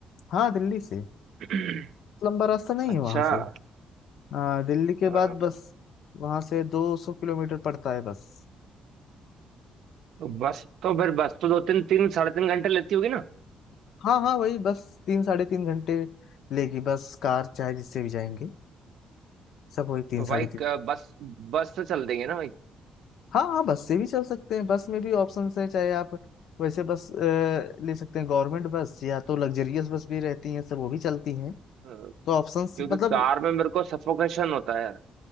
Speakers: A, on the left; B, on the right.
A: हाँ दिल्ली से
B: <clears throat>
A: लंबा रास्ता नहीं
B: अच्छा
A: है वहां से हाँ दिल्ली के
B: अ,
A: बाद बस वहां से दो सौ किलोमीटर पड़ता है बस
B: तो बस तो फिर बस तो दो तीन तीन साढ़े तीन घंटे लेती होगी ना
A: हाँ हाँ वही बस तीन साढ़े तीन घंटे लेगी बस कार चाहे जिससे भी जाएंगे सब वही तीन
B: तो भाई
A: साढ़े तीन
B: क- बस बस से चल देंगे ना भाई
A: हाँ हाँ बस से भी चल सकते हैं बस में भी ऑप्शन है चाहे आप वैसे बस अ, ले सकते हैं गवर्नमेंट बस या तो लग्जरियस बस भी रहती हैं सब वो भी चलती हैं
B: अ,
A: तो ऑप्शंस
B: क्योंकि
A: मतलब
B: कार में मेरे को सफोकेशन होता है